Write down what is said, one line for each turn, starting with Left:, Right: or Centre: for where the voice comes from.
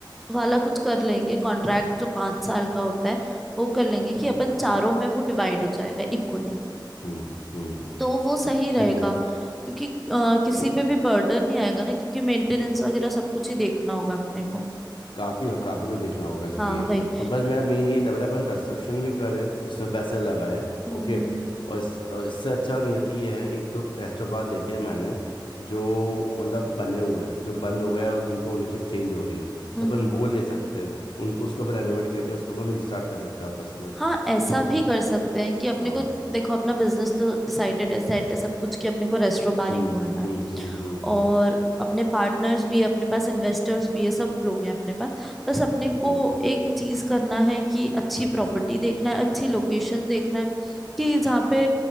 Centre: वाला कुछ कर लेंगे कॉन्ट्रैक्ट जो पांच साल का होता है वो कर लेंगे कि
Left: हम्म
Centre: अपन चारों में वो डिवाइड हो जाएगा इक्वली
Left: हम्म हम्म
Centre: तो वो सही रहेगा
Left: ठीक है
Centre: क्योंकि अ, किसी पे भी बर्डन नहीं आएगा ना क्योंकि मेंटेनेंस वगैरह सब कुछ ही देखना होगा अपने को
Left: काफी है काफी कुछ देखना होगा इसलिए
Centre: हाँ वही
Left: तो बस मेरा मेन यही था मतलब अपन कंस्ट्रक्शन भी करें उसमें पैसे लगाए
Centre: हम्म
Left: ओके
Centre: हम्म
Left: और, इस, और इससे अच्छा नियति ये है एक दो रेस्टोरेंट देखे हैं मैंने जो मतलब बने हुए हैं जो बंद हो गया और जिनको ओनरशिप चेंज हो रही है
Centre: हम्म
Left: तो अपन
Centre: हम्म।
Left: वो ले सकते हैं उनको उसको अपन रेनोवेट करके उसको अपन रिस्टार्ट कर सकते हैं आपस से
Centre: हाँ ऐसा भी कर सकते हैं कि अपने
Left: हाँ
Centre: को देखो अपना बिजनेस तो डिसाइडेड है सेट है सब कुछ कि अपने को रेस्टोरेंट बार
Left: हम्म
Centre: ही खोलना है
Left: हम्म हम्म हम्म हम्म
Centre: और अपने पार्टनर्स भी है अपने पास इन्वेस्टर्स भी है सब लोग हैं अपने पास बस अपने को
Left: हम्म
Centre: एक चीज करना है कि अच्छी प्रॉपर्टी देखना है अच्छी लोकेशन देखना है कि जहाँ पे